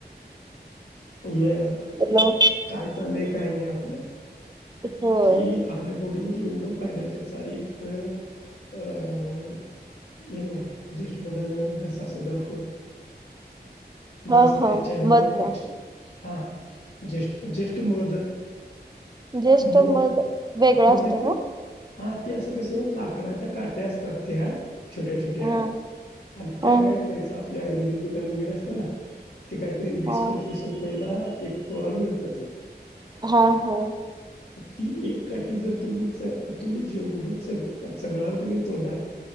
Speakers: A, on the left; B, on the right.
A: ये
B: हॅलो
A: काय चाललंय काय नाही आपल्या
B: होय
A: कि आपल्या बॉडीमध्ये येवढ फायदा आहे त्याचा एक तर अ ये ना ज्येष्ठ मधान घसा सुधारतो
B: हा
A: लस
B: हा
A: त्याच्या हन
B: मधन
A: प हा जेष्ठ ज्येष्ठ मध
B: ज्येष्ठ
A: म
B: मध वेगळं
A: म्हणजे
B: असते
A: ते
B: का
A: हा ते असं कसं लाकडाच्या काट्या असत त्या छोट्या छोट्या
B: हा हा
A: त्या काय करायच आपल्या आयुर्वेदीय दुका दुकान वगैरे असतं ना ते काहीतरी वीस
B: हा
A: पंचवीस रुपयेला एक तोळा मिळत ते
B: हा हा
A: ती एक काठी जर तुम्ही तुम्ही जेवढं चगळाल कणी तोंडात